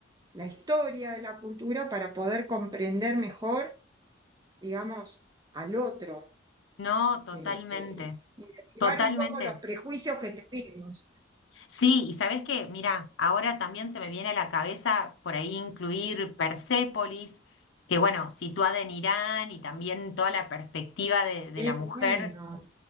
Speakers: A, on the right (about 20°); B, on the left (about 75°).
A: la historia de la cultura para poder comprender mejor, digamos, al otro
B: no, totalmente,
A: que, que- y derribar
B: totalmente.
A: un poco los prejuicios que tenemos.
B: Sí, y sabes qué, mira, ahora también se me viene a la cabeza por ahí incluir Persépolis, que bueno, situada en Irán y también toda la perspectiva de, de
A: Qué
B: la mujer.
A: bueno,